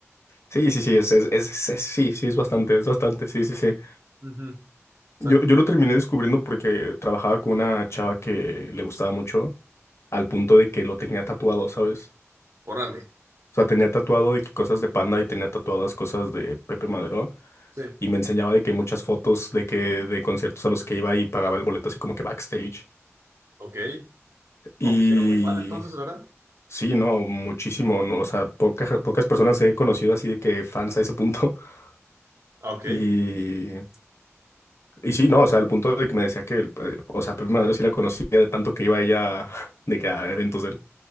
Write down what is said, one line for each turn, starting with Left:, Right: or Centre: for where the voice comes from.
Left: Sí, sí, sí, es, es, es- es- sí, sí, es bastante, es bastante, sí, sí, sí.
Right: Ujú. Exacto.
Left: Yo, yo lo terminé descubriendo porque trabajaba con una chava que le gustaba mucho, al punto de que lo tenía tatuado, ¿sabes?
Right: Órale.
Left: O sea, tenía tatuado de que cosas de Panda y tenía tatuadas cosas de Pepe Madero.
Right: Sí.
Left: y me enseñaba de que muchas fotos de que de conciertos a los que iba y pagaba el boleto así como que backstage.
Right: Ok.
Left: Y
Right: Oh, pues era muy fan entonces, ¿verdad?
Left: sí, no, muchísimo, no, o sea, poca- pocas personas he conocido así de que fans a ese punto. <laughs>
Right: Ah, ok.
Left: Y, y sí, no, o sea, al punto de que me decía que, eh, o sea, Pepe Madero sí la conocía de tanto que iba ella <laughs> de que a eventos de él.